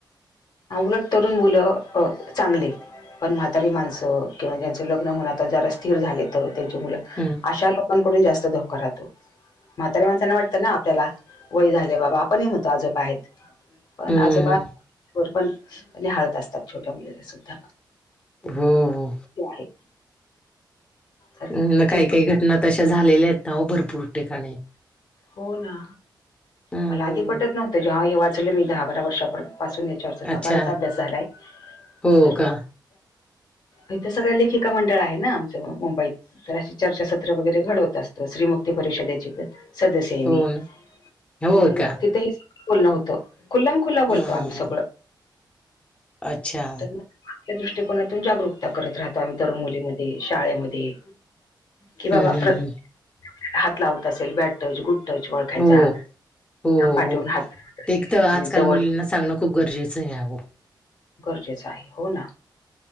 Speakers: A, on the left; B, on the left.
A: उलट तरुण मुलं अ चांगले. पण म्हातारी माणसं किंवा ज्यांचं लग्न होन आता जरा स्थिर झाले त त्यांचे मुलं
B: हं,
A: अशा लोकांकडून जास्त धोका राहतो. म्हातार माणसाना वाटतं ना आपल्याला वय झाले बाबा आपण ही म्हणतो आजोबा आहेत. पण
B: हं.
A: आजोबार <unintelligible> पण न्याहाळत असतात छोट्या मुलीला सुद्धा.
B: हो, हो.
A: ते आहे. तर
B: <unintelligible> काही
A: हे
B: काही घटना तशा झालेल्या आहेत ना हो भरपूर ठिकाणी.
A: हो ना
B: हं.
A: मला आधी पटत नव्हतं जेव्हा हे वाचवलं मी दहा बारा वर्षाप पासून हे चर्चचा
B: अच्छा.
A: बाराच अभ्यास झालाये
B: हो
A: तर
B: का?
A: इथे सगळ्या लेखिका मंडळ आहे ना आमच्याकडे मुंबईत तर अशी चर्चासत्र वगैरे घडवत असतात स्त्री मुक्ती परिषदेची तर सदस्य आहे मी
B: हो ना. हो
A: त्या
B: का?
A: मग तिथही बोलण होत <unintelligible> खुला बोलतो
B: हं,
A: आम्ही
B: हं, हं.
A: सगळं.
B: अच्छा.
A: आपल्या दृष्टिकोनातून जागरूकता करत राहतो आम्ही तरुण मुलीमध्ये शाळेमध्ये. कि बाबा
B: हं, हं,
A: प्रत
B: हं.
A: हात लावत असेल बॅट टच गुड टच ओळखायचा
B: हो. हो, हो,
A: पाटीवून
B: हो.
A: हात फिरवत असेल
B: ते एक तर आजकाल
A: कोणी जवळ
B: मुलींना सांगणं खूप गरजेचं आहे <unintelligible>
A: गरजेचं आहे हो ना.